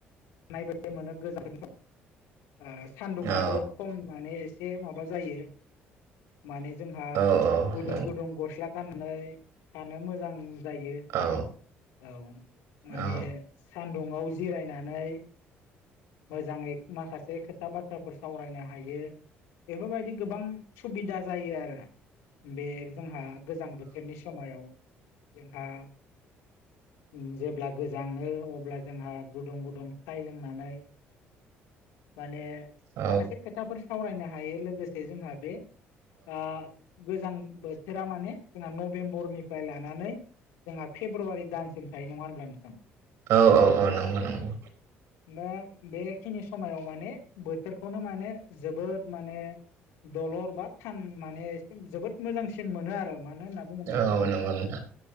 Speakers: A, on the left; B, on the right.
A: नाय बायदि मोनो <unintelligible> ओ सान्दुं
B: औ
A: आबो खम माने एसे माबा जायो माने जोंहा
B: औ औ
A: गुदुं
B: नंगौ
A: गुदुं गस्ला थ गाननानै थानो मोजां जायो।
B: औ औ
A: औ माने
B: औ
A: सानदुंङाव जिरायनानै मोजांङै माखासे खोथा बाथ्राफोर सावरायनो हायो। बेफोरबायदि गोबां सुबिदा जायो आरो बे जोंहा गोजां बोथोरनि समायाव जोंहा उम जेब्ला गोजाङो अब्ला जोंहा गुदुं गुदुं साय लोंनानै माने
B: औ
A: माखासे खोथाफोर सावरायनो हायो लोगोसे जोंहा बे आ गोजां बोथोरा माने जोंहा नभेम्बरनिफ्राय लानानै जोंहा फेब्रुवारि दानसिम थायो। नंङा होमब्ला नोंथां?
B: औ औ औ नंगौ नंगौ।
A: दा बेखिनि समायाव माने बोथोरखौनो माने जोबोद माने दलर बा थान माने एसे जोबोद मोजांसिन मोनो आरो मानो होना बुङोब्ला
B: औ
A: जोंहा
B: नंगौ नोंथां